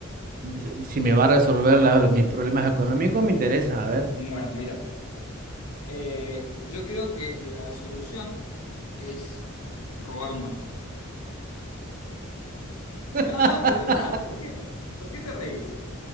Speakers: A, on the right (about 40°); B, on the left (about 70°).
A: si si me va a resolver la- mis problemas económicos, me interesa, a ver.
B: Bueno, mira, eh, yo creo que la solución es robar un banco.
A: <laughs>
B: No, no, de verdad, ¿por qué, por qué te reís?